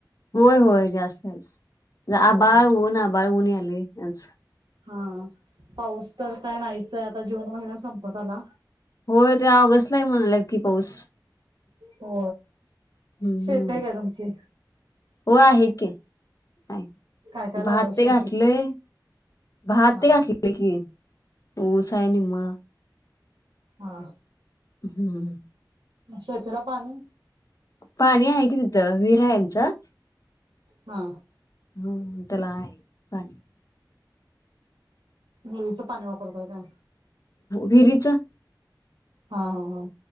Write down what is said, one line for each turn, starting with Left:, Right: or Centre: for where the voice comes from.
Left: होय होय जास्तच आबाळ
Right: होय.
Left: ऊन आबाळ ऊन यायलंय आज
Right: हं पाऊस तर काय नाहीचाय आता जून महिना संपत आला.
Left: हो ते ऑगस्टला म्हणलयं की पाऊस
Right: हो
Left: हम्म
Right: शेत आहे काय तुमची?
Left: हो आहे कि आहे.
Right: काय काय लावलंय
Left: भात ते
Right: शेतीत?
Left: घाठलयं भात
Right: हा
Left: ते घाठले. घातलयं की ऊस हाय निम्मा
Right: हां.
Left: हम्म.
Right: शेतीला पाणी?
Left: पाणी आहे की तिथं विहीर यांचं.
Right: हं.
Left: हम् त्याला आहे पाणी.
Right: विहिरीचं पाणी वापरतोय कायं?
Left: विहिरीचं.
Right: हा हा हा.